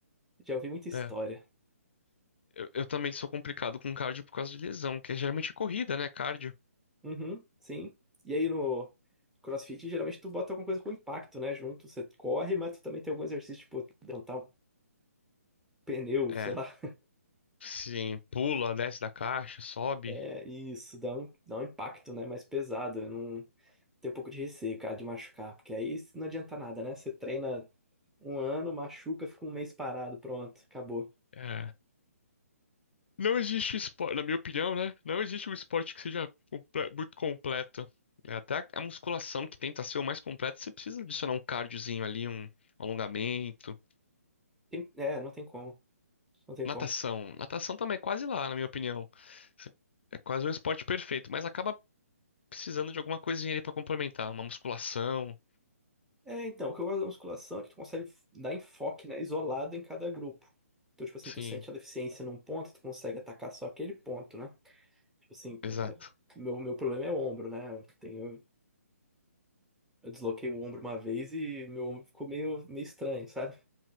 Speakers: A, in the centre; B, on the left.
A: Já ouvi muita história.
B: é. Eu, eu também sou complicado com cardio por causa de lesão, que é geralmente corrida, né? Cardio.
A: Uhum, sim. E aí no CrossFit, geralmente tu bota alguma coisa com impacto, né? Junto, você corre, mas tu também tem algum exercício, tipo, levantar um pneu,
B: É,
A: sei lá.
B: Sim, pula, desce da caixa, sobe.
A: É, isso, dá um, dá um impacto, né? Mais pesado. Eu não tenho um pouco de receio, cara, de machucar. Porque aí não adianta nada, né? Você treina Um ano, machuca, fica um mês parado, pronto, acabou.
B: É. Não existe esporte, na minha opinião, né? Não existe um esporte que seja comple- muito completo. É, até a a musculação que tenta ser o mais completo, você precisa adicionar um cardiozinho ali, um alongamento.
A: Tem- é, não tem como. Não tem
B: Natação.
A: como.
B: Natação também é quase lá, na minha opinião. Você- É quase um esporte perfeito, mas acaba precisando de alguma coisinha ali pra complementar. Uma musculação.
A: É, então, o que eu gosto da musculação é que tu consegue dar enfoque, né? Isolado em cada grupo. Então, tipo assim,
B: Sim,
A: tu sente a deficiência num ponto, tu consegue atacar só aquele ponto, né? Tipo assim,
B: exato.
A: eu quero- meu, meu problema é o ombro, né? Eu tenho, eu desloquei o ombro uma vez e meu ombro ficou meio, meio estranho, sabe?